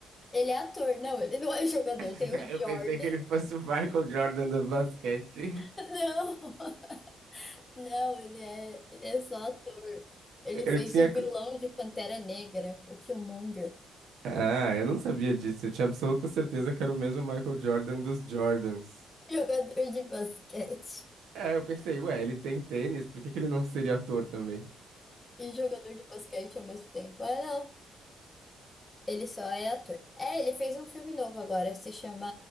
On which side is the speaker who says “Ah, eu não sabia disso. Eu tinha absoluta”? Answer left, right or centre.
Right